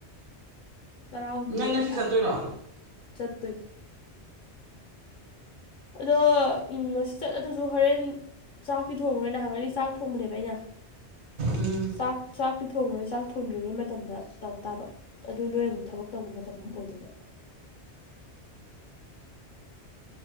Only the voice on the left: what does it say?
ꯇꯔꯥꯍꯨꯝꯗꯣꯏꯔꯛ
ꯍꯥꯏꯁꯦ ꯆꯠꯇꯣꯏꯅꯤ ꯑꯗꯣ ꯎ ꯉꯁꯤ ꯆꯠꯂꯗꯁꯨ ꯍꯣꯔꯦꯟ ꯆꯥꯛꯇꯤ ꯊꯣꯡꯉ꯭ꯔꯣꯏ ꯅꯥꯍꯟꯒꯩ ꯆꯥꯛ ꯊꯣꯡꯕꯅꯦꯕ ꯑꯩꯅ
ꯆꯥꯛ ꯆꯥꯛꯇꯤ ꯊꯣꯡꯉ꯭ꯔꯣꯏ ꯆꯥꯛ ꯊꯣꯡꯗ꯭ꯔꯤꯉꯩ ꯃꯇꯝꯗ ꯇꯧ ꯇꯥꯕ ꯑꯗꯨ ꯅꯣꯏ ꯑꯃꯨꯛ ꯊꯕꯛ ꯇꯧꯕ ꯃꯇꯝ ꯑꯣꯏꯗꯣꯏꯕ